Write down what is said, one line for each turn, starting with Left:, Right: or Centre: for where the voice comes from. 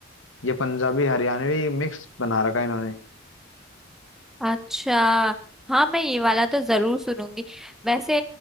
Left: ये पंजाबी हरियाणवी मिक्स बना रखा है इन्होंने
Centre: अच्छा हाँ मैं ये वाला तो जरूर सुनूंगी वैसे